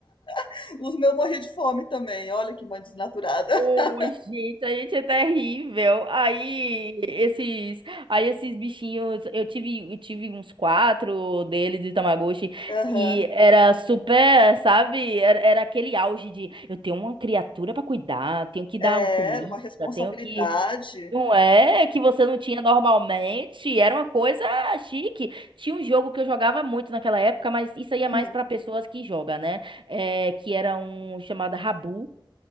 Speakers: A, on the left; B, on the right.
A: <laughs> Os meus morri de fome também, olha que mãe desnaturada. <laughs>
B: Oh, gente, a gente é terrível. Aí esses, aí esses bichinhos, eu tive, eu tive uns quatro deles de Tamagotchi
A: Aham.
B: e era super, sabe? Era, era aquele auge de eu tenho uma criatura pra cuidar, tenho que dar
A: É,
B: comida,
A: era uma responsabilidade.
B: tenho que Não é que você não tinha normalmente, era uma coisa chique. Tinha um jogo que eu jogava muito naquela época, mas isso aí é
A: Hum.
B: mais para pessoas que jogam, né? É, que era um chamado Rabu.